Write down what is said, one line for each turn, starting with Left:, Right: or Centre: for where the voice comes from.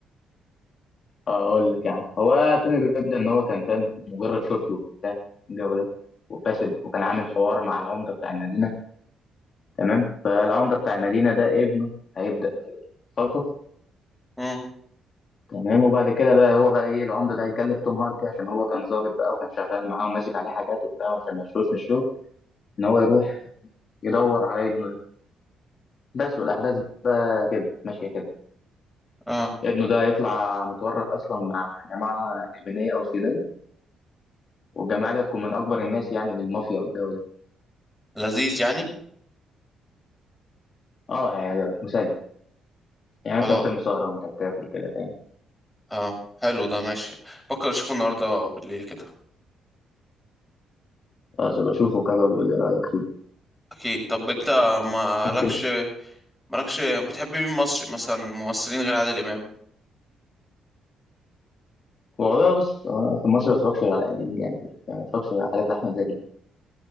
Left: آه، اقول لك يعني هو فيلم بيبدا ان هو كان فاهم مجرد شرطي وبتاع الجو ده وفاسد وكان عامل حوار مع العمده بتاع المدينه تمام فالعمده بتاع المدينه ده ابنه هيبدا يتخطف
Centre: امم
Left: تمام وبعد كده بقى هو بقى ايه العمده ده هيكلف توم هاردي عشان هو كان ظابط بقى وكان شغال معاه وماسك عليه حاجات وبتاع عشان ما يشوش من الشغل ان هو يروح يدور على ابنه بس والأحداث بقى كده ماشية كده
Centre: اه
Left: ابنه ده هيطلع متورط أصلا مع جماعة يابانية أو صينية والجماعة دي هتكون من أكبر الناس يعني من المافيا والدولة
Centre: لذيذ يعني
Left: اه هيعجبك مسلي يعني
Centre: خلاص
Left: مثلا فيلم سهرة وأنت بتاكل كده فاهم
Centre: اه حلو ده ماشي بفكر اشوفه النهارده بالليل كده
Left: خلاص أبقى أشوفه كده وبقول لي رأيك فيه
Centre: اكيد طب انت مالكش
Left: ممكن
Centre: مالكش بتحب مين مصري مثلا ممثلين غير عادل امام
Left: والله بص هو أنا في مصر ما بتفرجش غير على قديم يعني يعني ما بتفرجش على حاجات لأحمد زكي